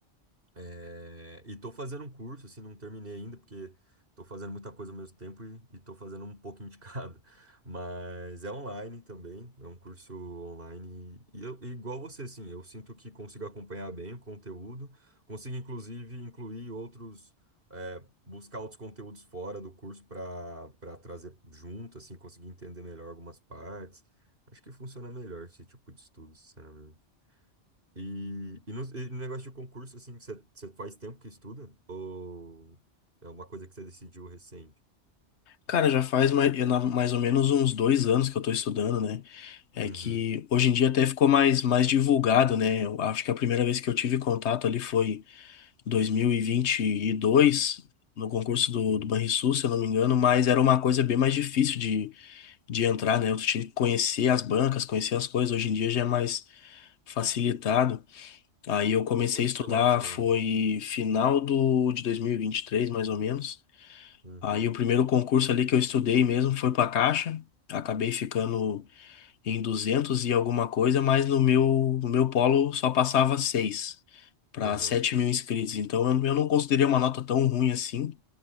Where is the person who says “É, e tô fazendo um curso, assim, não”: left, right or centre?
Right